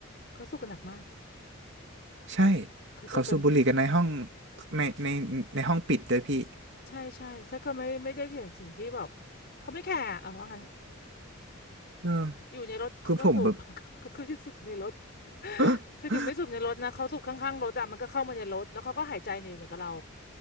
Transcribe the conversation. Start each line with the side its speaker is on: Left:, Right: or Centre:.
Left: เขาสู้กันหนักมาก
Right: ใช่
Left: เขาสู้กัน
Right: เขาสูบบุหรี่กันในห้องในในในห้องปิดเวยพี่
Left: ใช่ใช่ถ้าก็ไม่ไม่ได้ถึงสิ่งที่แบบเขาไม่แคร์อะเอาว่างั้น
Right: เออ
Left: อยู่ในรถเขาก็สูบ
Right: คือผมแบบ
Left: <laughs> ก็คือจะสูบในรถ
Right: <gasps>
Left: คือถึงไม่สูบในรถนะเขาสูบข้างๆรถอะมันก็เข้ามาในรถแล้วเขาก็หายใจอยู่กับเรา